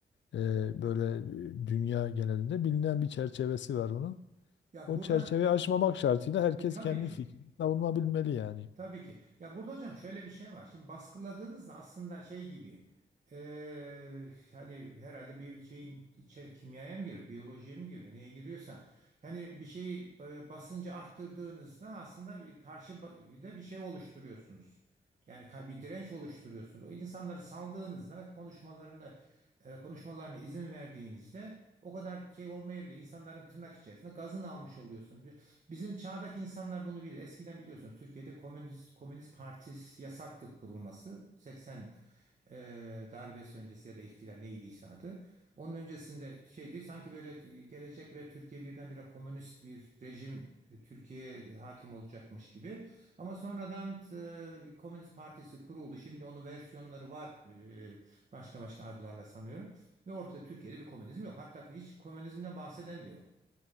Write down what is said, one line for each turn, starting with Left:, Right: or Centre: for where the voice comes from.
Left: e, böyle e, dünya genelinde bilinen bir çerçevesi var onun.
Right: ya
Left: O
Right: burada
Left: çerçeveyi aşmamak şartıyla herkes
Right: e, tabii
Left: kendi
Right: ki,
Left: fikrini savunabilmeli yani.
Right: tabii ki. Ya burada hocam şöyle bir şey var. Şimdi baskıladığınızda aslında şey gibi, e, hani herhalde bir şeyin içer kimyaya mı giriyor, biyolojiye mi giriyor, neye giriyorsa. Yani bir şeyi e, basıncı arttırdığınızda aslında bir karşı ba- da bir şey oluşturuyorsunuz. Yani ka- bir direnç oluşturuyorsunuz. O insanları saldığınızda konuşmalarını e, konuşmalarına izin verdiğinizde o kadar şey olmayabilir. İnsanların tırnak içerisinde gazını almış oluyorsunuz. Bi- Bizim çağdaki insanlar bunu bilir. Eskiden biliyorsunuz Türkiye'de Komünist Komünist Partisi yasaktı kurulması. 80 Eee, darbesi öncesi ya da ihtilal neydiyse adı. Onun öncesinde şeydi sanki böyle e, gelecek ve Türkiye birdenbire komünist bir rejim e, Türkiye'ye hakim olacakmış gibi. Ama sonradan e, Komünist Partisi kuruldu. Şimdi onun versiyonları var. e, başka başka adlarla sanıyorum. Ve ortada Türkiye'de bir komünizm yok. Hatta hiç komünizmden bahseden de yok.